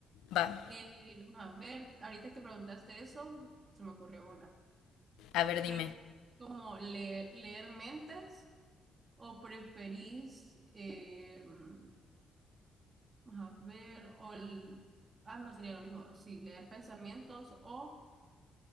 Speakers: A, on the left (about 80°); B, on the right (about 35°).
A: va,
B: Eh, vamos a ver, ahorita que preguntaste eso, se me ocurrió una.
A: a ver, dime.
B: Pre- ¿Como leer, leer mentes o preferís, eh, vamos a ver, o el- ah, no sería lo mismo, sí, leer pensamientos o